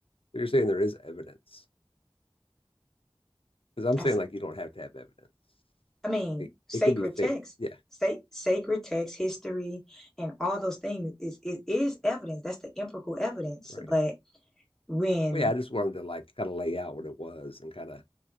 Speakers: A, on the left; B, in the centre.
A: So you're saying there is evidence because I'm
B: That's,
A: saying like you don't have to have evidence.
B: I mean,
A: It
B: sacred
A: it can be faith.
B: text,
A: Yeah.
B: sa- sacred text, history, and all those things is it is evidence. That's the empirical evidence.
A: Right.
B: But when
A: Well, yeah. I just wanted to like kind of lay out what it was and kind of